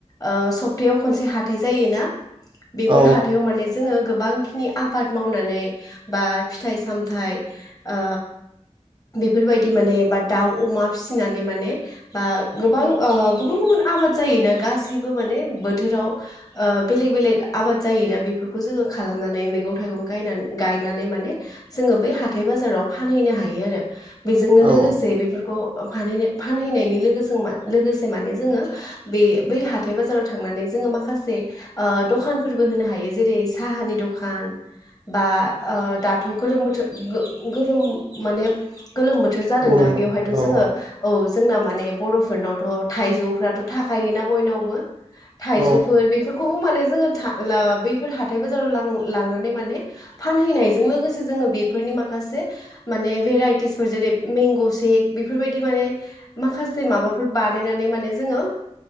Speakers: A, on the left; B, on the right.
A: ओ सप तायाव खनसे हाथाय जायोना। बेफोर
B: औ
A: हाथायाव माने जोङो गोबां खिनि नि आबाद मावनानै बा फिथाइ सामथाइ ओ बेफोरबायदि माने बा दाउ अमा फिसिनानै माने बा गोबां ओ गुबुन गुबुन आबाद जायोना गासैबो माने बोथोराव ओ बेलेग बेलेग आबाद जायोना बेफोरखौ जोङो खालामनानै मैगं थाइगं गायनान गायनानै माने जोङो बै हा हाथाय बाजाराव फानहैनो हायो आरो बेजोंनो
B: औ
A: लोगोसे बेफोरखौ फानहैनो फानहैनायनि लोगोजों मा लोगोसे माने जोङो बे बै हाथाय बाजाराव थांनानै जों जोङो माखासे ओ दखानफोरबो होनो हायो जेरै साहानि दखान। बा ओ दाथ' गोलोम बोथो गो-गोरोम माने गोलोम बोथोर जादोंना
B: बर'
A: बेवहायथ'
B: औ
A: जोङो औ जोंना माने बर'फोरनावथ' थाइजौफ्राथ' थाखायोना बयनावबो। थाइजौफोर
B: औ
A: बेफोरखौबो माने जोङो था ला बैफोर हाथाय बाजाराव लां-लांनानै माने फानहैनायजों लोगोसे जोंङो बेफो फोरनि माखासे माने भेराइटिसफोर जेरै मेंग' सेक बेफोरबायदि माने माखा से माबाफोर बानायनानै माने जोङो